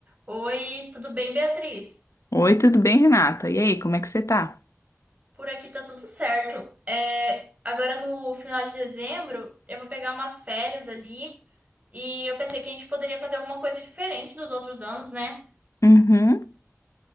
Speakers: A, on the right; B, on the left.
A: Oi, tudo bem, Beatriz?
B: Oi, tudo bem, Renata? E aí, como é que você tá?
A: Por aqui tá tudo certo. É, agora no final de dezembro eu vou pegar umas férias ali e eu pensei que a gente poderia fazer alguma coisa diferente dos outros anos, né?
B: Uhum. O